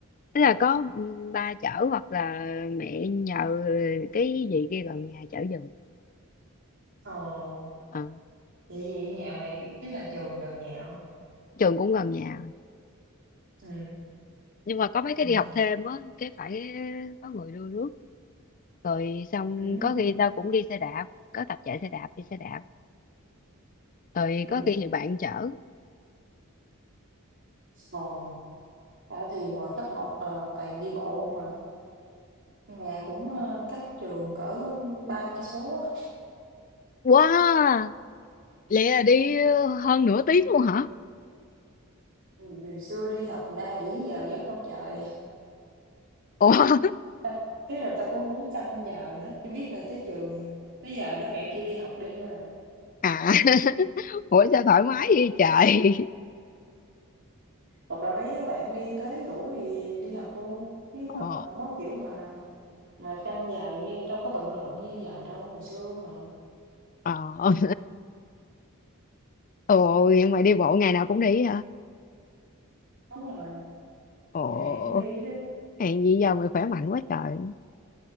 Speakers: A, on the left; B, on the right.
A: Tức là có ừ, ba chở hoặc là mẹ nhờ cái gì kia gần nhà chở giùm
B: Ồ.
A: Ờ,
B: Vậy vậy nhà mày ý là trường gần nhà không?
A: trường cũng gần nhà
B: Ừ.
A: nhưng mà có mấy cái
B: Ừ.
A: đi học thêm á cái phải có người đưa rước rồi xong
B: ừ.
A: có khi tao cũng đi xe đạp có tập chạy xe đạp đi xe đạp rồi
B: Ừ.
A: có khi thì bạn chở
B: Ồ. Tao thì hồi cấp 1 toàn đi bộ mà nhà cũng ờ, cách trường cỡ um, ba cây số á.
A: wow lẽ là đi hơn nửa tiếng luôn hả
B: Ừ, Từ xưa đi học ra đi vào giấc đâu trời.
A: ủa
B: ta ý là ta cũng không canh giờ nữa chỉ biết là tới trường tới giờ đó mẹ kêu đi học đi thôi à
A: à <laughs> ủa sao thoải mái vậy trời
B: hoặc là mấy đứa bạn đi tới ngủ thì đi học luôn chứ
A: ồ
B: không có kiểu mà mà canh giờ như đâu có bận rộn như giờ đâu ngày xưa mà
A: ờ ồ vậy mà đi bộ ngày nào cũng đi hả
B: đúng rồi
A: ồ
B: ngày nào cũng đi hết á
A: Hèn gì giờ mày khỏe mạnh quá trời